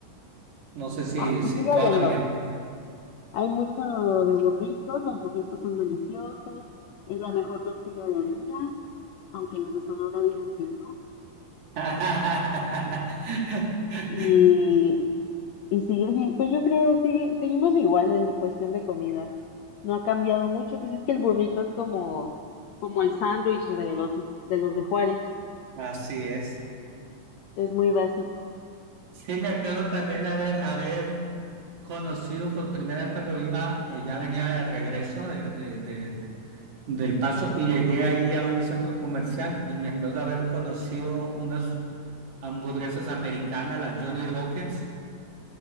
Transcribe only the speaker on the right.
No sé si,
si
todavía.
<laughs>
Así es.
Sí, me acuerdo también haber, haber conocido por primera vez cuando iba, eh, ya venía de regreso de, de, de- del Paso y llegué ahí a un centro comercial y me acuerdo haber conocido unas hamburguesas americanas, las Johnny Rockets,